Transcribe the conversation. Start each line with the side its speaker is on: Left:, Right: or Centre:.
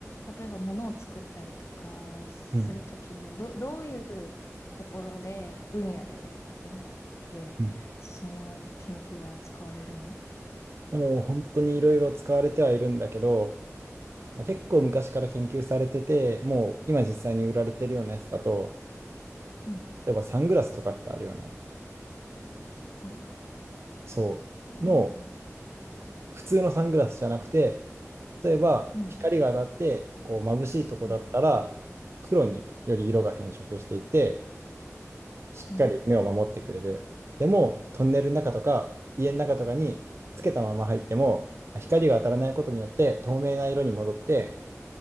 Left: 例えば物を作ったりとかするときに、
Right: うん、
Left: ど、どういうところで、分野で、分野で、
Right: うん。
Left: その研究は使われるの
Right: もう本当にいろいろ使われてはいるんだけど、まあ、結構昔から研究されてて、もう今実際に売られてるようなやつだと、
Left: うん。
Right: 例えばサングラスとかってあるよね。
Left: ああ、
Right: そう。
Left: うんうん
Right: の、普通のサングラスじゃなくて、例えば光が当たってこう眩しいとこだったら、
Left: うん。うんうん
Right: 黒により色が変色していって、しっかり目を守ってくれる。
Left: うん。
Right: でも、トンネルの中とか家の中とかにつけたまま入っても、光が当たらないことによって透明な色に戻って、